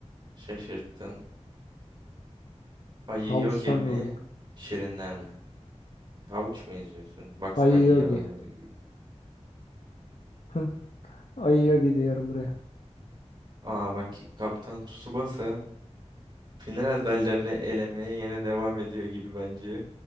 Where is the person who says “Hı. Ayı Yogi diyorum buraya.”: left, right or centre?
Left